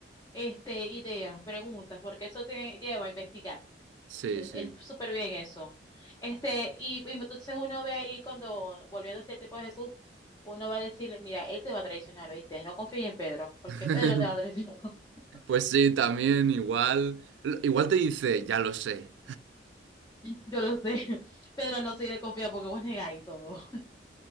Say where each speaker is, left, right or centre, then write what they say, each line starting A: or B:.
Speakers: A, on the left; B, on the right.
A: este, ideas, preguntas, porque eso te lleva a investigar,
B: sí,
A: O sea,
B: sí.
A: es súper bien eso. Este, y, y entonces uno ve ahí cuando, volviendo hacia el tiempo de Jesús, uno va a decirle, mira, él te va a traicionar, ¿oíste? No confíes en Pedro, porque
B: <laughs>
A: Pedro te va a traicionar, <laughs>
B: Pues sí, también igual, igual te dice, ya lo sé.
A: yo lo sé, <laughs> Pedro no se de confiar porque vos negáis todo.